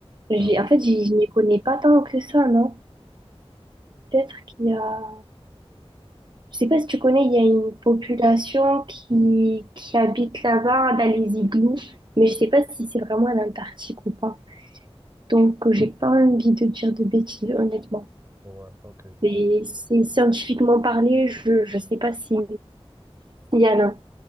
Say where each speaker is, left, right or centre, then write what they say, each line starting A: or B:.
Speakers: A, on the right; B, on the right.
A: J'ai,
B: Ah bon?
A: en fait, j'y- je n'y connais pas tant que ça, non? Peut-être qu'il y a... Je sais pas si tu connais, il y a une population qui, qui habite là-bas, dans les igloos, mais je sais pas si c'est vraiment en Antarctique ou pas. Donc, euh, j'ai pas envie de dire de bêtises, honnêtement.
B: Ouais, ok, je comprends.
A: Et c'est scientifiquement parlé, je, je sais pas si, s'il y en a,